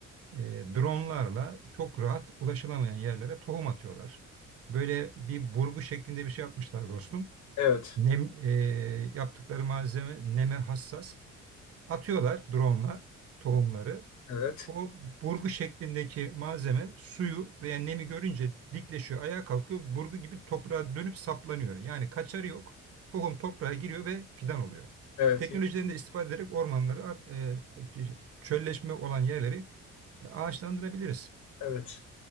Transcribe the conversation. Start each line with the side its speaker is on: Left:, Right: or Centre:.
Right: E, dronlarla çok rahat ulaşılamayan yerlere tohum atıyorlar. Böyle bir burgu şeklinde bir şey yapmışlar dostum.
Left: Evet.
Right: Nem, e, yaptıkları malzeme neme hassas. Atıyorlar drone'la tohumları.
Left: Evet.
Right: O burgu şeklindeki malzeme suyu veya nemi görünce dikleşiyor, ayağa kalkıyor. Burgu gibi toprağa dönüp saplanıyor. Yani kaçarı yok. Tohum toprağa giriyor ve fidan oluyor.
Left: Evet.
Right: Teknolojilerini
Left: Evet.
Right: de istifade ederek ormanları, ar- e, çölleşme olan yerleri e, ağaçlandırabiliriz.
Left: Evet.